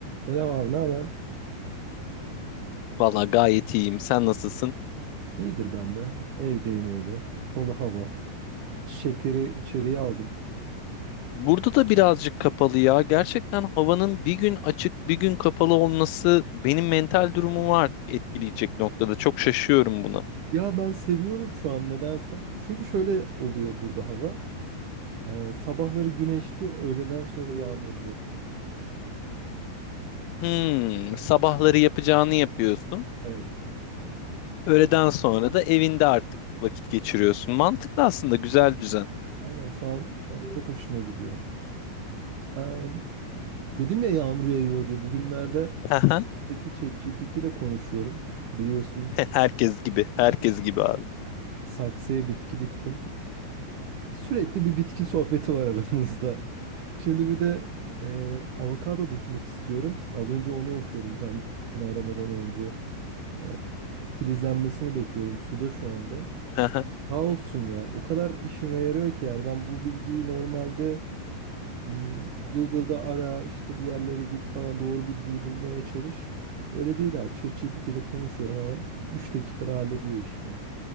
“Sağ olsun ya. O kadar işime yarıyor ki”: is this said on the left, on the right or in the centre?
Right